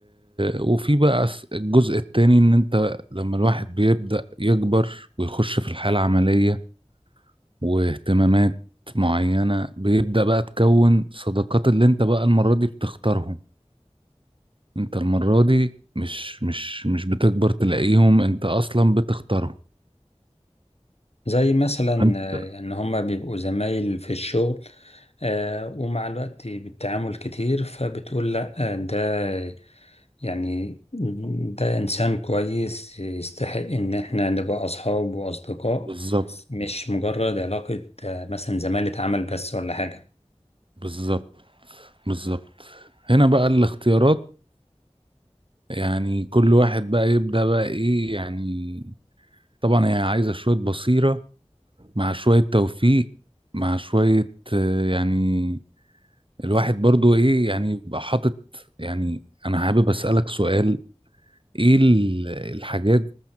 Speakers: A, on the right; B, on the left.
A: وفي بقى الس- الجزء التاني ان انت لما الواحد بيبدأ يكبر ويخش في الحياة العملية واهتمامات معينة بيبدأ بقى تكون صداقات اللي انت بقى المرة دي بتختارهم انت المرة دي مش مش مش بتكبر تلاقيهم انت اصلا بتختارهم
B: زي مثلا
A: فأنت-
B: آه، يعني هما بيبقوا زمايل في الشغل آه، ومع الوقت بالتعامل كتير فبتقول لأ آه، ده يعني ده إنسان كويس يستحق إن إحنا نبقى أصحاب وأصدقاء
A: بالظبط
B: مش مجرد علاقة آه، مثلا زمالة عمل بس ولا حاجة
A: بالظبط بالظبط هنا بقى الاختيارات يعني كل واحد بقى يبدأ بقى ايه يعني طبعا هي عايزة شوية بصيرة مع شوية توفيق مع شوية آه، يعني الواحد برضو ايه يعني يبقى حاطط يعني انا حابب اسألك سؤال ايه ال- الحاجات